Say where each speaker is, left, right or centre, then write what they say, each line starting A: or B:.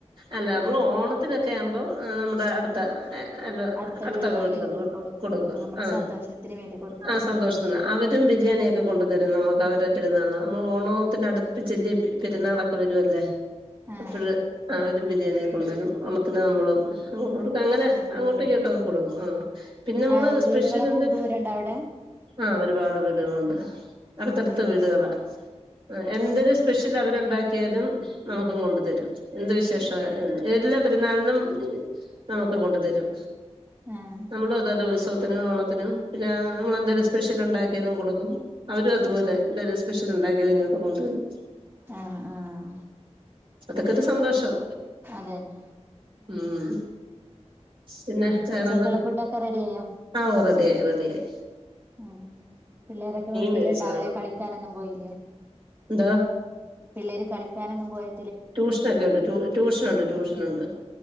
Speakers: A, on the right; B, on the right.
A: അല്ല മ്മള്
B: ആഹ്
A: ഓണത്തിനൊക്കെ ആവുമ്പം ന്നമ്മുടെ അട്ത്തഎ
B: ആഹ്
A: എല്ല
B: അടുത്ത
A: അട്ത്തൊക്കെ
B: വീടുകളിലേക്ക്
A: വീട്ടിലൊക്ക്
B: കൊടുക്കും
A: കൊട്ക്കും
B: നമ്മളെ
A: ആഹ്
B: സന്തോഷത്തിന് വേണ്ടി കൊടുക്കുന്നത്
A: ആഹ് സന്തോഷ് ത്തിന് അവരും ബിരിയാണിയൊക്കെ കൊണ്ട് തെരും ന്നമക്ക് അവരേ പെരുന്നാള്ന് ന്നമ്മൾ ഓണത്തിനടുത്ത് പ്പിച്ചല്ലെ പെര് പെരുന്നാളൊക്കെ വരു അല്ലേ.
B: ആഹ്
A: അപ്പഴ് അവരും ബിരിയാണിക്കെ കൊണ്ടരും ഓണത്തിന് ന്നമ്മള്. ഭഷണം കൊണ്ട്ടുക്ക അങ്ങനെ
B: അങ്ങോടും
A: അങ്ങോട്ടും
B: കൊടുക്കും
A: ഇങ്ങോട്ടൊക്കെ കൊട്ക്കും ആഹ് പിന്നെ അമ്മള്
B: ആഹ് വീടുകളൊക്കെ
A: സ്പെഷൽ എന്ത.
B: ദൂരണ്ടോ അവിടെ
A: ആഹ് ഒരുപാട് വീടുകളുണ്ട് അടുത്തടുത്ത്
B: ആഹ്
A: വീടുകളാ. ആഹ് എന്തൊരു സ്പെഷ്യൽ അവരുണ്ടാക്കിയാലും ന്നമുക്കും കൊണ്ട് തെരും എന്ത് വിശേഷായാലും
B: ആഹ്
A: എല്ലാ പെര്ന്നാളിനും ന്നമക്ക് കൊണ്ട്തെരും.
B: ആഹ്
A: ന്നമ്മളു അതോലെ ഉത്സവത്തിനും ഓണത്തിനും പിന്നെ ന്നമ്മളെന്തേങ്കിലും സ്പെഷ്യൽ ഇണ്ടാക്കിയതും കൊട്ക്കും. അവരും അതുപോലെ
B: ആഹ്
A: എന്തെങ്കിലും സ്പെഷ്യൽ ഇണ്ടാക്കിയാൽ ഇങ്ങോട്ടും കൊണ്ട് വെരും.
B: ആഹ് ആഹ്.
A: അതൊക്കൊര് സന്തോഷം
B: അതന്നെ
A: ഉം. പിന്നെ വേറെന്താ
B: ഉച്ചക്കുള്ള ഫുഡൊക്കെ റെഡിയായോ
A: ആഹ് ഓ റെഡി ആയി റെഡി ആയി.
B: ഉം പിള്ളേരൊക്കെ വീട്ടിലിണ്ടാവ്
A: മേടിച്ചതാണ്
B: ലേ കളിക്കാനൊന്നും പോയില്ലേ?
A: എന്താ
B: പിള്ളേര് കളിക്കാനൊന്നും പോയി.
A: ട്യൂഷനൊക്കെണ്ട് ട്യൂഷനുണ്ട് ട്യൂഷനുണ്ട്.